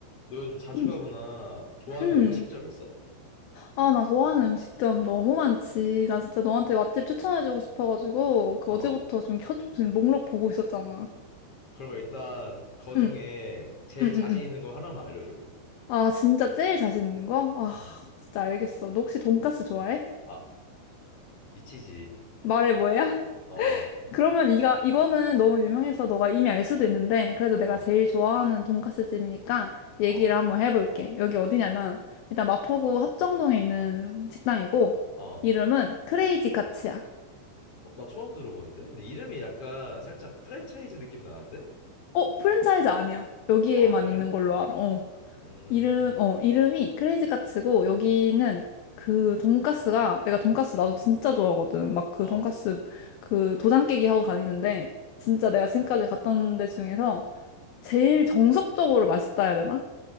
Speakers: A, on the left; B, on the left.
A: 너 요즘 자주
B: 음,
A: 가거나 좋아하는
B: 음.
A: 음식점 있어?
B: 아, 나 좋아하는 음식점 너무 많지. 나 진짜 너한테 맛집 추천해주고 싶어가지고, 그
A: 어.
B: 어제부터 지금 켜, 지금 목록 보고 있었잖아.
A: 그러면 일단 거 중에
B: 응,
A: 제일
B: 응,
A: 자신
B: 응,
A: 있는
B: 응.
A: 거 하나만 알려줘.
B: 아, 진짜 제일 자신 있는 거? 아,
A: 응.
B: 진짜 알겠어. 너 혹시 돈까스 좋아해?
A: 아, 미치지.
B: 말해 뭐야? <laughs>
A: 어,
B: 그러면 이가, 이거는 너무 유명해서 너가 이미 알 수도 있는데, 그래도 내가
A: 어,
B: 제일 좋아하는 돈까스 집이니까 얘기를
A: 어,
B: 한번 해볼게. 여기 어디냐면, 일단 마포구 합정동에 있는 식당이고,
A: 어.
B: 이름은 크레이지 카츠야.
A: 어, 나 처음 들어보는데? 근데 이름이 약간 살짝 프랜차이즈 느낌 나는데?
B: 어, 프랜차이즈 아니야. 여기에만
A: 아, 그래?
B: 있는 걸로 알아. 어.
A: 음,
B: 이름, 어, 이름이 크레이지 카츠고, 여기는 그 돈까스가, 내가 돈까스
A: 음,
B: 나도 진짜 좋아하거든. 막 그
A: 어.
B: 돈까스 그 도장 깨기 하고 다니는데, 진짜 내가 지금까지 갔던 데 중에서 제일 정석적으로 맛있다 해야 되나?